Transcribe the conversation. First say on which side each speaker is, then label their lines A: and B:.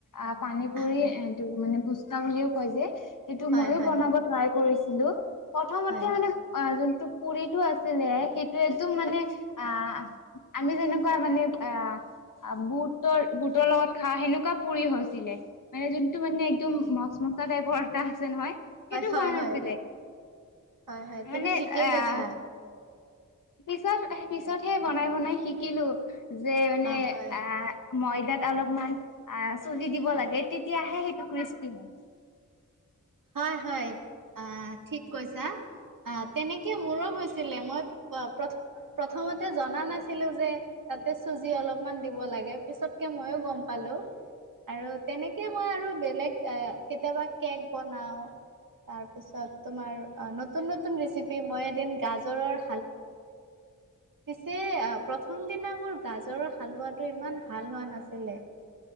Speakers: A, on the left; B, on the right.
A: আহ পানী পুৰি
B: হয়
A: এইটো মানে পুস্কা বুলিও কয় যে সেইটো
B: হয়
A: মইও
B: হয়
A: বনাব ট্ৰাই কৰিছো চিলো প্ৰথমতে
B: হয়
A: মানে অ জোনটো পৰিটো আছিলে হেই সেএইটো
B: হয়
A: মানে আ আমি যেনেকুৱা মানে আ বুত বুৰ বুটৰ লগত খা সেনেকুৱা। পুৰি হৈছিলে মানে যোনটো মানে একদম মচ মচা টাইপৰ এটা। যে হয় সেইটো
B: হয়
A: হোৱা নাছিলে
B: হয় হয় হয়
A: মানে
B: তুমি ঠিকেই
A: আহ।
B: কৈছা হয়
A: পিছত পিছতহে বনাই বনাই শিকিলো। যে মানে
B: অ হয়
A: আ
B: হয়
A: ময়দাত অলপমান আ চোজি দিব লাগে তেতিয়াহে সেইটো কৃস্পি হয়।
B: হয় হয় আ ঠিক কৈছা। আ তেনেকে মোৰো হৈছিলে মই প্ৰ প্ৰথম। প্ৰথমতে জনা নাছিলো যে তাতে চুজি অলপমান দিব লাগে পিছতকে মইয়ো গম পালো। আৰু তেনেকে মই আৰু বেলেগ এ কেতেবা কেক বনাও তাৰপিছত তোমাৰ নতুন নতুন ৰেচিপি মই এদিন গাজৰৰ যে প্ৰথম দিনা মোৰ গাজৰৰ হালোৱাটো ইমান ভাল হোৱা নাছিলে।